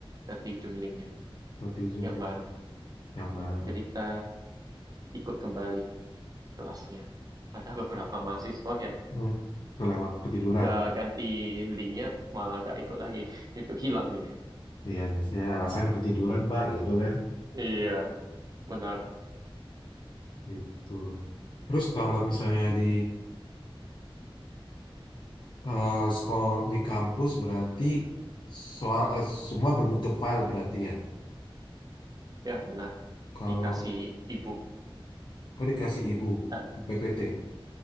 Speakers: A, on the right; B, on the left.
A: ganti jumlingnya
B: ganti Zoom
A: yang
B: ya,
A: baru.
B: yang baru
A: Jadi kita ikut kembali kelasnya. Ada beberapa mahasiswa yang
B: hmm. kelewat ketiduran
A: udah ganti linknya malah nggak ikut lagi <laughs> itu hilang nih
B: iya biasanya alasan ketiduran Pak gitu kan
A: iya benar
B: itu terus kalau misalnya di eh, sekolah di kampus berarti soal eh, semua berbentuk file berarti ya
A: ya benar
B: kalau
A: dikasih ibu
B: oh dikasih ibu
A: Eh,
B: PPT